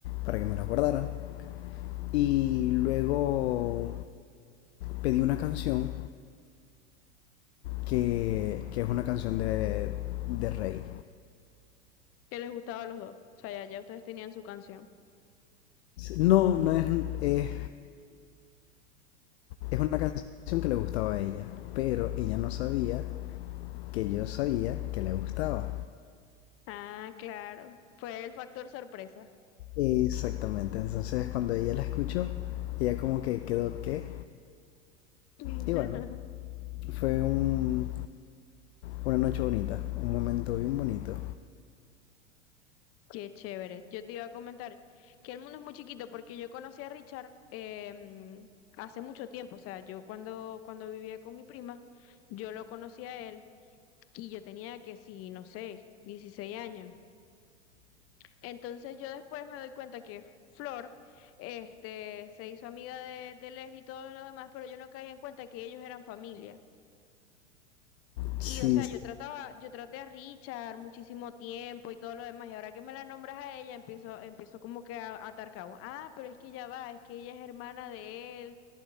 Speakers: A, on the left (about 55°); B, on the left (about 35°).
A: para que me las guardaran y luego pedí una canción que, que es una canción de, de Rey.
B: Que les gustaba a los dos. O sea, ya, ya ustedes tenían su canción.
A: No, no es, es, es una canción que le gustaba a ella, pero ella no sabía que yo sabía que le gustaba.
B: Ah, claro. Fue el factor sorpresa.
A: Exactamente, entonces cuando ella la escuchó, ella como que quedó que...
B: <laughs>
A: Y bueno, fue un, una noche bonita, un momento bien bonito.
B: Qué chévere. Yo te iba a comentar que el mundo es muy chiquito porque yo conocí a Richard em, hace mucho tiempo. O sea, yo cuando, cuando vivía con mi prima, yo lo conocí a él y yo tenía que, sí, no sé, 16 años. Entonces yo después me doy cuenta que Flor, este, se hizo amiga de, de Leslie y todo lo demás, pero yo no caía en cuenta que ellos eran familia.
A: Sí,
B: Y o sea,
A: sí,
B: yo trataba, yo traté a Richard muchísimo tiempo y todo lo demás, y ahora que me la nombras a ella, empiezo, empiezo como que a, a atar cabos. Ah, pero es que ya va, es que ella es hermana de él.